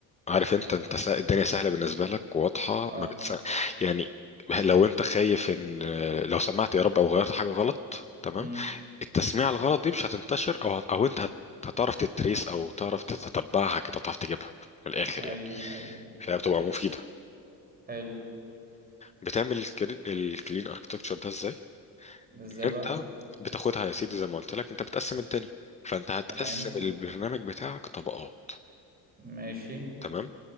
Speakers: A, on the left; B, on the right.
A: عارف انت انت سا... الدنيا سهله بالنسبه لك واضحه
B: اه
A: ما بتس... يعني لو انت خايف ان لو سمعت يا رب او غيرت حاجه غلط تمام
B: امم
A: التسميع الغلط دي مش هتنتشر او هت... او انت هت... هتعرف تتريس او تعرف تتتبعها كده تعرف تجيبها من الاخر
B: ايوه
A: يعني
B: ايوه
A: فهي بتبقى مفيده
B: حلو
A: بتعمل الكري- الكلين اركتكتشر ده ازاي
B: ازاي
A: انت
B: بقى
A: بتاخدها يا سيدي زي ما قلت لك انت بتقسم الدنيا فانت هتقسم
B: تمام
A: البرنامج بتاعك طبقات
B: ماشي
A: تمام